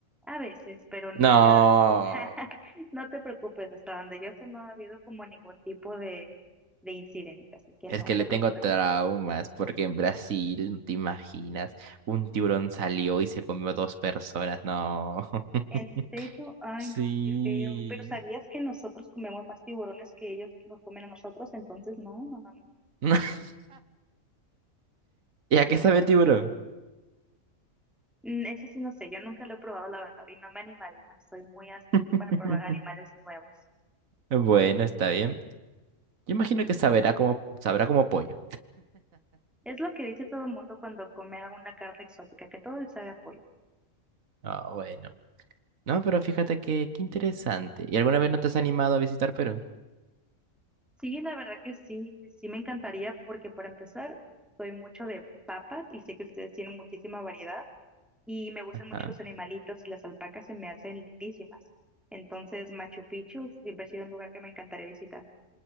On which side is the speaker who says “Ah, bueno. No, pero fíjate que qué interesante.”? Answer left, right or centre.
Right